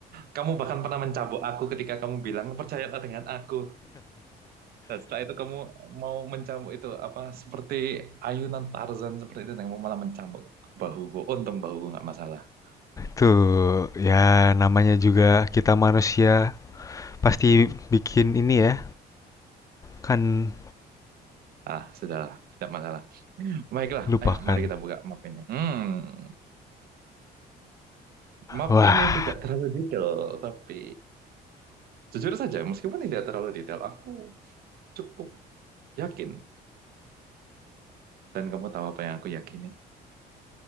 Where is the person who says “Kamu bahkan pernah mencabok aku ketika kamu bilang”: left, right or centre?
Right